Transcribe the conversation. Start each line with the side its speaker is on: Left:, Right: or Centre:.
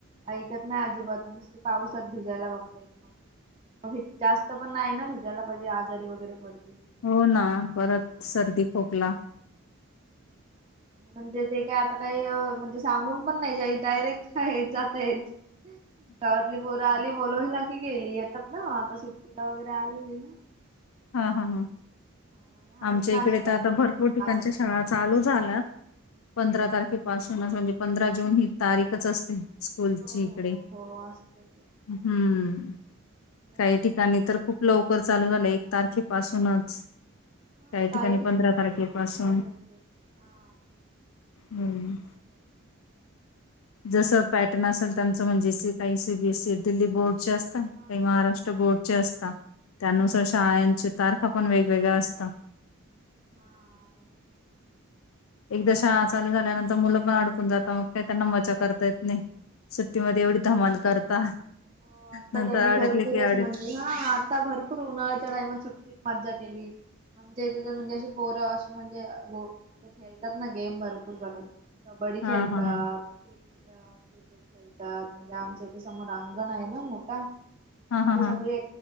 Right: ऐकत नाही अजिबात न. पावसात भिजायला बघतात म्हणजे जास्त पण नाही ना भिजायला पाहिजे. आजारी वगैरे पडतील.
Left: हो ना परत सर्दी, खोकला.
Right: आणि म्हणजे ते काय आता काही म्हणजे सांगून पण नाहीई डायरेक्ट आहेत जातय आहेत. गावातली पोरं आली बोलवुन गेली येतात ना आता सुट्टीला वगैरे आलेली ना-
Left: हा
Right: आणि
Left: हा ह,
Right: हा आणि आहेत
Left: आमच्या
Right: ना
Left: इकडे
Right: असे बाजूचे
Left: तर आता भरपूर
Right: काकाचे
Left: ठिकाणच्या शाळा
Right: वगैरे.
Left: चालू झाल्यात. पंधरा
Right: हा
Left: तारखेपासूनच म्हणजे पंधरा जून ही तारीखच असते. स्कूलची
Right: हो
Left: इकडे
Right: हो हो असते
Left: हम्म
Right: ते.
Left: काही ठिकाणी तर खूप लवकर चालू झालं एक तारखेपासूनच.
Right: हा
Left: काही ठिकाणी पंधरा
Right: लवकर
Left: तारखे पासून,
Right: चालू होते हा
Left: हम्‌
Right: बरोबर
Left: जसं पॅटर्न असेल त्यांचं म्हणजे काही सीबीएस सी. दिल्ली बोर्डचे असतात काही
Right: हा
Left: महाराष्ट्र बोर्डचे असतात. त्यानुसार शाळंच्या तारखा पण वेगवेगळ्या असतात.
Right: <inaudible>
Left: एकदा शाळा चालू झाल्यानंतर मुलं पण अडकून जातात काही त्यांना मजा करता येत नाही. सुट्टीमध्ये
Right: नाही
Left: एवढी
Right: ना
Left: धमाल करता
Right: हो आता
Left: नंतर
Right: त्यांनी भरपूरच
Left: अडकले की अड
Right: म्हणजे हा आता भरपूर उन्हाळ्याच्या टाइमात सुट्टीत मज्जा केली. आमच्या इथे तर म्हणजे अस पोर असं म्हणजे ग ते खेळतात ना गेम भरपूर सगळं. कबड्डी
Left: हा
Right: खेळतात,
Left: हा हा
Right: क्रिकेट खेळतात म्हणजे आमच इथे समोर अंगण आहे ना मोठा तिथे
Left: हा हा
Right: सगळे.
Left: हा.